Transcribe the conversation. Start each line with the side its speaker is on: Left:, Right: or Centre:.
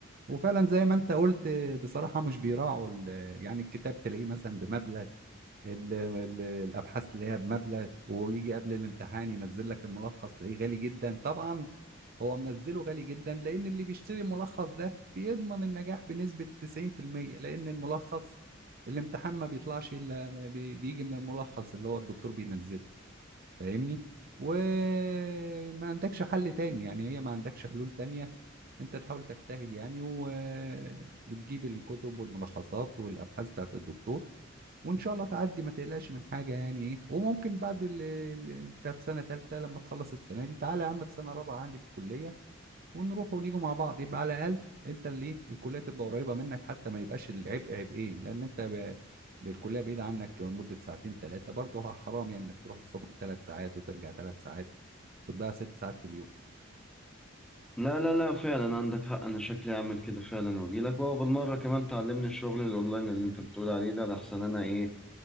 Right: وفعلا زي ما انت قلت آه، بصراحه مش بيراعوا ال- يعني الكتاب تلاقيه مثلا بمبلغ ال- ال- الابحاث اللي هي بمبلغ ويجي قبل الامتحان ينزل لك الملخص تلاقيه غالي جدا طبعا هو منزله غالي جدا لان اللي بيشتري الملخص ده بيضمن النجاح بنسبة 90% لان الملخص الامتحان ما بيطلعش الا بي- بيجي من الملخص اللي هو الدكتور بينزله فاهمني وما عندكش حل تاني يعني هي ما عندكش حلول تانية انت تحاول تجتهد يعني و... وتجيب الكتب والملخصات والابحاث بتاعت الدكتور وان شاء الله تعدي ما تقلقش من حاجه يعني ايه وممكن بعد ال- ال- انت في سنه ثالثه لما تخلص السنه دي تعالى يا عم في سنه رابعه عندي في الكليه ونروح ونيجوا مع بعض يبقى على الاقل انت اللي ايه الكليه تبقى قريبه منك حتى ما يبقاش العبء عبئين لان انت ب... الكليه بعيده عنك مده ساعتين ثلاثه برضه حرام يعني انك تروح الصبح ثلاث ساعات وترجع ثلاث ساعات بتضيع ست ساعات في اليوم
Centre: لا لا لا فعلا عندك حق انا شكلي اعمل كده فعلا واجيلك بقى وبالمرة كمان تعلمني الشغل الاونلاين اللي انت بتقول عليه ده لحسن انا ايه